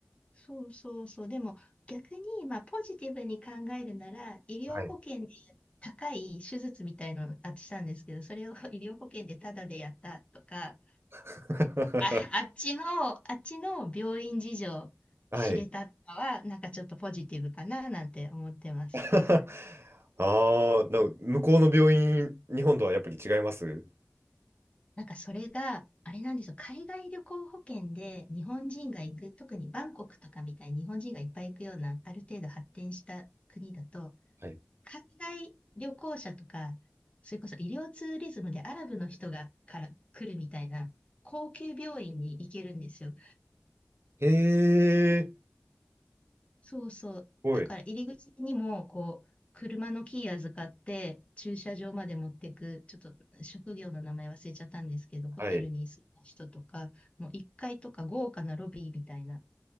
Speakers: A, on the left (about 30°); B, on the right (about 70°).
A: そうそうそう。でも逆に、まあポジティブに考えるなら、医療保険で高い手術みたいのあっしたんですけど、
B: はい。
A: それを <laughs> 医療保険でタダでやったとか、
B: <laughs>
A: あ、あっちの、あっちの病院事情知れたかは、
B: はい。
A: なんかちょっとポジティブかななんて思ってます。
B: <laughs> ああ、でも向こうの病院、日本とはやっぱり違います
A: なんかそれが、あれなんですよ、海外旅行保険で日本人が行く、特にバンコクとかみたいに日本人がいっぱい行くような、ある程度発展した国だと、
B: はい。
A: 海外旅行者とか、それこそ医療ツーリズムでアラブの人がから来るみたいな、高級病院に行けるんですよ。
B: ええー、す
A: そうそう。
B: ごい。
A: だから入り口にも、こう、車のキー預かって、駐車場まで持ってく、ちょっと職業の名前忘れちゃったんですけど、ホテルに住んだ人とか、
B: はい。
A: もう1階とか豪華なロビーみたいな、